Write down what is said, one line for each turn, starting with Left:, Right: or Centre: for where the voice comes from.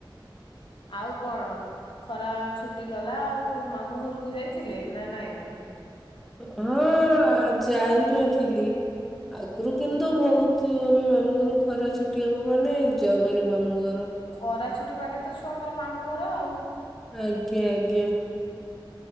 Left: ଆଉ କଣ ଖରା ଛୁଟି ଗଲା ଆଉ ମାମୁଁ ଘରକୁ ଯାଇଥିଲେ ନା ନାଇଁ?
Centre: ହଁ ଆ ଯାଇନଥିଲି ଆଉ। ଘରୁ କିନ୍ତୁ ବହୁତ ଆମେ ମାମୁଁ ଘରୁ ଖରା ଛୁଟି ହବ ମାନେ ଯାଉ ଭାରି ମାମୁଁ ଘର।
Left: ଖରା ଛୁଟି ମାନେ ତ ଛୁଆଙ୍କର ମାମୁଁ ଘର ଆଉ।
Centre: ଆଜ୍ଞା ଆଜ୍ଞା।